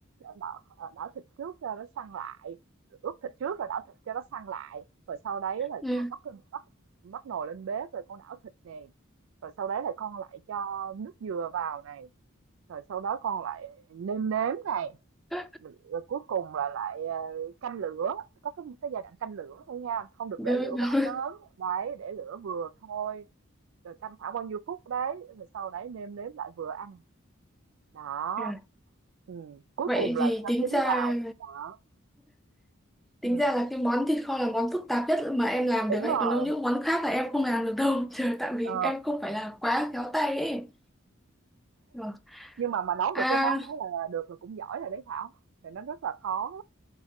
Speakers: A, on the right; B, in the centre.
A: đảo, đảo thịt trước cho nó săn lại Rồi ướp thịt trước rồi đảo thịt cho nó săn lại rồi sau đấy rồi
B: Dạ.
A: con bắt bắt bắt nồi lên bếp rồi con đảo thịt nè rồi sau đấy là con lại cho nước dừa vào này rồi sau đó con lại nêm nếm này
B: dạ.
A: rồi cuối cùng là lại ờ, canh lửa có cái, cái giai đoạn canh lửa thôi nha không được
B: Được
A: để lửa
B: rồi.
A: quá lớn đấy để lửa vừa thôi rồi canh khoảng bao nhiêu phút đấy rồi sau đấy nêm nếm lại vừa ăn đó
B: Dạ.
A: ừ. cuối
B: Vậy
A: cùng là
B: thì
A: cho
B: tính
A: trứng
B: ra
A: vào đó
B: tính
A: ừ.
B: ra là cái món thịt kho là món phức tạp nhất mà em làm
A: đúng
B: được vậy
A: rồi
B: còn đâu những món khác là em không làm được đâu trời tại vì
A: ờ.
B: em không phải là quá khéo tay ấy Rồi.
A: nhưng mà mà nấu
B: à
A: được cái món đó là được là cũng giỏi rồi đấy Thảo thì nó rất là khó